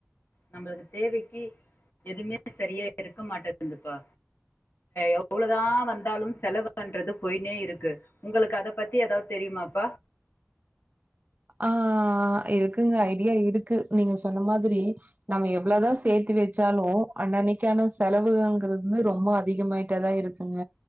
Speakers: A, on the left; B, on the right.
A: நம்மளுக்கு தேவைக்கு எதுவுமே சரியா இருக்க மாட்டேதுபா எவ்வளவுதான் வந்தாலும் செலவுன்றது போயனே இருக்கு உங்களுக்கு அத பத்தி ஏதாவது தெரியுமாப்பா
B: ஆஹ் இருக்குங்க ஐடியா இருக்கு நீங்க சொன்ன மாதிரி நம்ம எவ்வளவுதா சேத்து வச்சாலு அன்னன்னைக்கான செலவுகள்ங்கிறது ரொம்ப அதிகமாயிட்டேதா இருக்குங்க